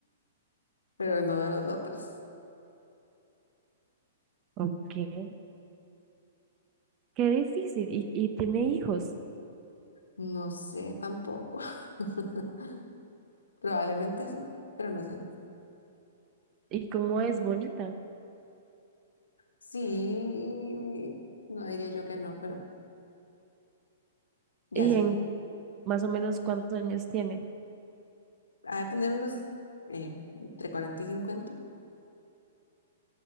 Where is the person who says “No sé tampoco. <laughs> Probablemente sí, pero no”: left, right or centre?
Left